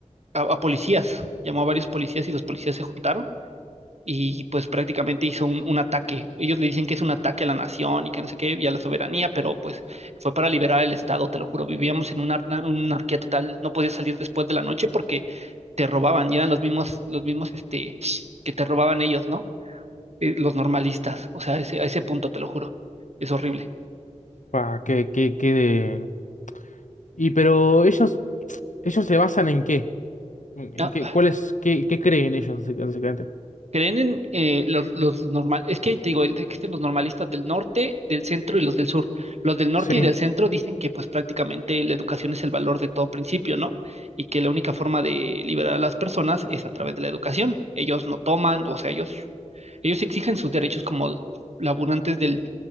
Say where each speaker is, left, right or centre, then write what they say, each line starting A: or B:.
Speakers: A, on the right (about 60°); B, on the left (about 85°).
A: a, a policías, llamó a varios policías y los policías se juntaron y pues prácticamente hizo un, un ataque. Ellos le dicen que es un ataque a la nación y que no sé qué, y a la soberanía, pero pues fue para liberar el Estado, te lo juro, vivíamos en una, ar- una anarquía total, no podías salir después de la noche porque te robaban y eran los mismos, los mismos, este, que te robaban ellos, ¿no? Eh, los normalistas, o sea, a ese, a ese punto, te lo juro, es horrible.
B: Pa, que, que, que de- Y pero ellos, ellos se basan en qué? ¿En en
A: Ah,
B: qué? ¿Cuál es, qué, qué creen ellos, basic- básicamente?
A: Creen en eh, los, los normal, es que te digo, el- existen los normalistas del norte, del centro y los del sur. Los del norte
B: Sí.
A: y del centro dicen que pues prácticamente la educación es el valor de todo principio, ¿no? Y que la única forma de liberar a las personas es a través de la educación. Ellos no toman, o sea, ellos, ellos exigen sus derechos como laburantes del,